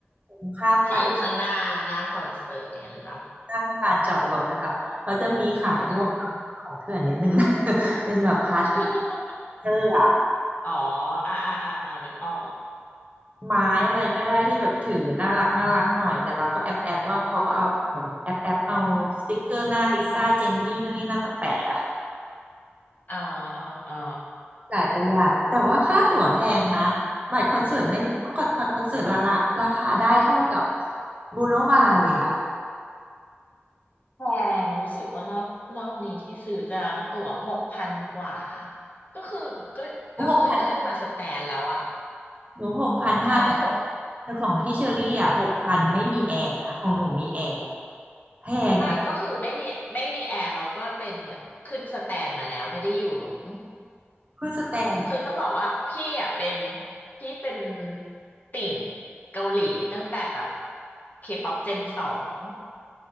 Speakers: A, on the right (about 35°); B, on the left (about 40°).
A: นข้ามไป
B: ที่อยู่ข้างหน้าหน้าคอนเสิร์ตอย่างนั้นหรือเปล่า
A: ข้างลานจอดรถอะค่ะเขาจะมีขายพวก
B: อืม
A: ของเถื่อนนิดนึงนะ <laughs> เป็นแบบพัด
B: <laughs>
A: เจอร์อะ
B: อ๋ออ่าอ่าอ่าอ่านึกออก
A: ไม้อะไรก็ได้ที่แบบถือน่ารักน่ารักหน่อยแต่เราก็แอบแอบว่าเขาก็เอาแบบแอบแอบเอาสติกเกอร์หน้าลิซ่าเจนนี่นู่นนี่นั่นมาแปะอะค่ะ
B: อ๋ออ๋ออ๋อ
A: จ่ายประหยัดแต่ว่าค่าตั๋วแพงนะ บัตรคอนเสิร์ตไม่บัตรคอนเสิร์ตราคาราคาได้เท่ากับบูโนมาเลยอะ
B: แพงรู้สึกว่ารอบรอบนี้ที่ซื้อจะตั๋วหกพันกว่าก็คือก็ก็คือขึ้นมาสแตนแล้วอ่ะ
A: โอ้โห หนูหกพันห้า
B: ใช่หก
A: แต่ของพี่เชอรี่อ่ะหกพันไม่มีแอร์นะของหนูมีแอร์แพงนะ
B: ไม่ก็คือไม่มีไม่มีแอร์แล้วก็เป็นเหมือนขึ้นสแตนมาแล้วไม่ได้อยู่หลุม
A: คุณสแตน
B: คือต้องบอกว่าพี่อ่ะเป็น พี่เป็นติ่งเกาหลีตั้งแต่แบบเคป๊อปเจนสอง